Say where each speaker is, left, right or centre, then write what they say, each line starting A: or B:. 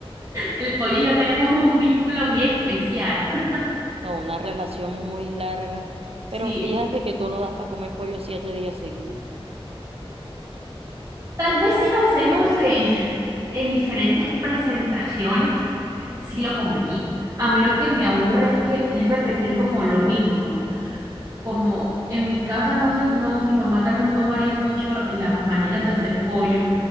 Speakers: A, on the right; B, on the right.
A: el pollo y yo tenemos un vínculo muy especial. <laughs>
B: No, una relación muy larga.
A: Sí,
B: Pero fíjate que tú no das para comer pollo siete días seguidos.
A: Tal vez si lo hacemos de, en diferentes presentaciones, sí lo comería. A mí lo que me aburre es que es repetir como lo mismo, como, como en mi casa, no sé, no, mi mamá tal vez no varía mucho las maneras de hacer pollo.